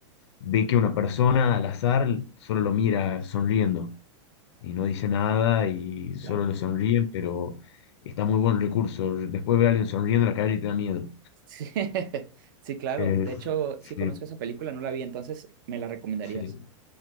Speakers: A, on the left; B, on the right.
A: ve que una persona al azar solo lo mira sonriendo y no dice nada y solo
B: Claro.
A: le sonríe, pero está muy buen recurso. Después ve a alguien sonriendo en la calle y te da miedo.
B: Sí, <laughs> sí, claro.
A: Es-
B: De hecho,
A: sí,
B: sí conozco esa película, no la vi, entonces me la recomendarías.
A: sí.